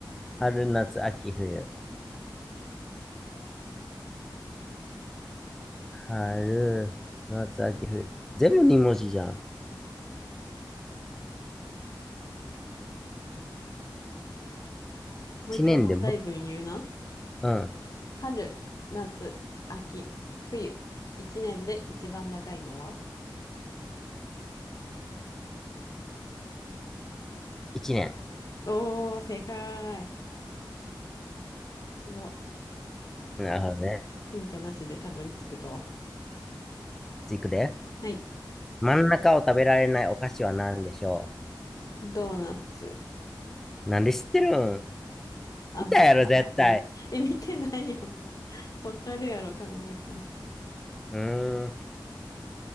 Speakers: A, in the centre; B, on the left (about 50°).
A: 春、夏、秋、冬。春、夏、秋、冬。全部二文字じゃん。
B: もう一回問題文言うな。
A: 一年でも、うん。
B: 春、夏、秋、冬。一年で一番長いのは
A: 一年。
B: おー、正解。すごい。
A: なるほどね。
B: ヒントなしでたどり着くとは。
A: 次行くで。
B: はい。
A: 真ん中を食べられないお菓子は何でしょ
B: ドーナツ。
A: うなんで知ってるん
B: あ、
A: 見たやろ、
B: なんか知ってる。
A: 絶対。
B: え、見てないよ。わかるやろ、考えたら。
A: うーん、